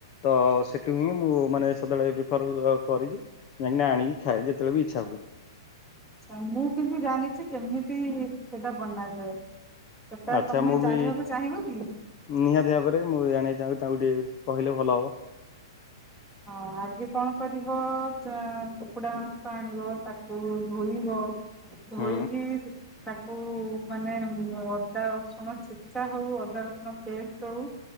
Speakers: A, on the left; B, in the centre.
A: ତ ସେଠୁ ହିଁ ମୁଁ ମାନେ ସଦାଳେ <unintelligible> କରିକି ଯାଇଁକି ଆଣିକି ଖାଏ ଯେତେବେଳେ ବି ଇଛା ହୁଏ।
B: ଆଛା ମୁଁ କିନ୍ତୁ ଜାଣିଚି କେମିତି ସେଟା ବନାଯାଏ। ସେଟା
A: ଆଛା
B: ତମେ
A: ମୁଁ
B: ଜାଣିବାକୁ
A: ବି
B: ଚାହିଁବ କି?
A: ନିହାତି ଭାବରେ ମୁଁ ଆଣି ଯାହା ହଉ ତାକୁ ଟିକେ କହିଲେ ଭଲ ହେବ।
B: ହଁ ଆଗେ କଣ କରିବ ଯା କୁକୁଡ଼ା ମାଂସ ଆଣିବ ତାକୁ ଧୋଇବ ଧୋଇକି
A: ହୁଁ
B: ସେ ତାକୁ ମାନେ ଅଦା ରସୁଣ ଛେଚା ହଉ ଅଦା ରସୁଣ ପେଷ୍ଟ ହଉ।